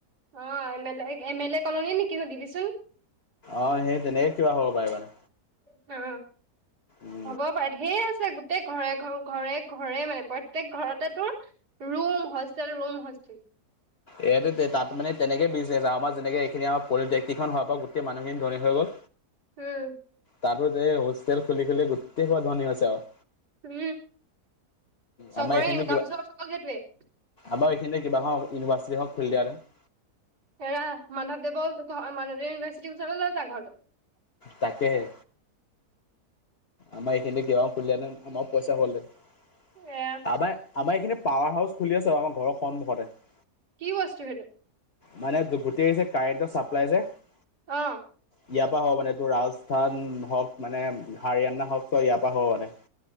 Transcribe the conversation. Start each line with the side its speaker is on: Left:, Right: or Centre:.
Right: অঁ M L A M L A colony নিকি সুধিবিচোন
Left: অ সেই তেনে কিবা হ'ব পাৰে মানে
Right: অ
Left: উম
Right: হ'ব পাৰে ঢেৰ আছে গোটেই ঘৰে ঘৰে ঘৰে ঘৰে মানে প্ৰত্যেক ঘৰতে তোৰ ৰোম হষ্টেল ৰোম হষ্টেল
Left: ইয়াতে তে তাত মানে তেনেকে দিছে আমাৰ যেনেকে এইখিনি আ পলিটেকনিকখন হোৱাৰ পৰা গোটেই মানুহখিনি ধনী হৈ গ'ল
Right: উম।
Left: তাৰপিছত এই হোষ্টেল খুলি-খুলি গোটেই সোপা ধনী হৈছে আৰু।
Right: উম। চবৰে
Left: আমাৰ এইখিনি
Right: ইনকাম
Left: কিবা
Right: চৰ্চ অকল সেইটোৱেই। <inaudible>
Left: আমাৰ এইখিনতে কিবা এখন ইউনিভাৰ্চিটি এখন খুলি দিয়া হেতেন <unintelligible>
Right: এৰা মাধৱদেৱৰ মাধৱদেৱ ইউনিভাৰ্চিটিৰ ওচৰলৈ লৈ যা ঘৰটো। <unintelligible>
Left: তাকেহে। আমাৰ এইখিনিতে কিবা এখন খুলি দিয়া হেতেন তামাম পইচা পালোঁ হেতেন। <unintelligible>
Right: এৰা <unintelligible>
Left: আমাৰ-আমাৰ এইখিনিতে পাৱাৰ হাউচ খুলি আছে বাৰু আমাৰ ঘৰৰ সন্মুখতে। <unintelligible>
Right: কি বস্তু সেইটো?
Left: মানে গোটেই আহিছে কাৰেণ্টৰ চাপ্লাই যে <unintelligible>
Right: অঁ।
Left: ইয়াৰ পৰা হ'ব মানে তোৰ ৰাজস্থান হওক মানে, হাৰিয়ানা হওক চব ইয়াৰ পৰা হব মানে। <unintelligible>